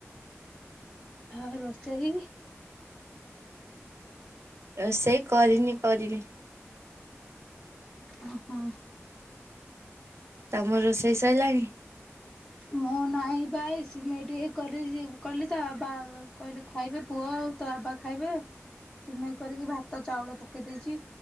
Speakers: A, on the left (about 15°); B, on the right (about 65°).
A: ଆଉ ରୋଷେଇ?
B: ରୋଷେଇ କରିନି କରିବି।
A: ଓହୋ।
B: ତମ ରୋଷେଇ ସରିଲାଣି।
A: ମୁଁ ନାଇଁପା ଏଇ ସିମେଇ ଟିକେ କରିଛି କଲି ତ ବା କହିଲେ ଖାଇବେ ପୁଅ ଆଉ ତ ବାବା ଖାଇବେ ସିମେଇ କରିକି ଭାତ ଚାଉଳ ପକେଇ ଦେଇଛି